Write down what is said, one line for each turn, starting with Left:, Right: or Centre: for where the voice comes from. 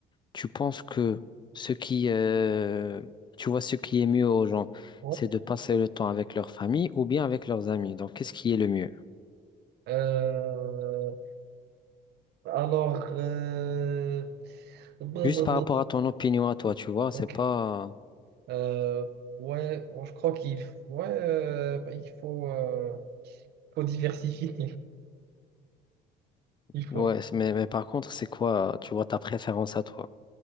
Left: tu penses que ce qui, euh, tu vois, ce qui est mieux aux gens,
Right: Ouais.
Left: c'est de passer le temps avec leur famille ou bien avec leurs amis. Donc, qu'est-ce qui est le mieux?
Right: Euh, alors... euh, brr,
Left: Juste
Right: brr,
Left: par
Right: brr,
Left: rapport
Right: brr.
Left: à ton opinion à toi, tu vois,
Right: Ok.
Left: c'est pas...
Right: Euh, ouais, bon, je crois qu'il... f- Ouais, euh, il faut... euh, faut diversifier, <laughs> il faut.
Left: Ouais, c'est- mais, mais par contre, c'est quoi, tu vois, ta préférence à toi?